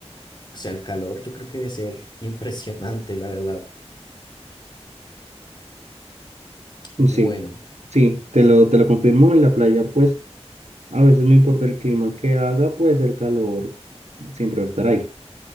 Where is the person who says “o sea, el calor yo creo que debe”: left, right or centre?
Left